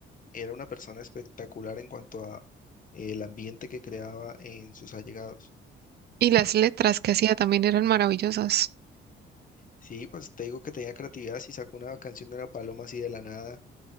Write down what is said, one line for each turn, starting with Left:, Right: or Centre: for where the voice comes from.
Left: era una persona espectacular en cuanto a eh, el ambiente que creaba en sus allegados.
Right: Y las letras que hacía también eran maravillosas.
Left: Sí, pues te digo que tenía creatividad, si sacó una canción de una paloma así de la nada.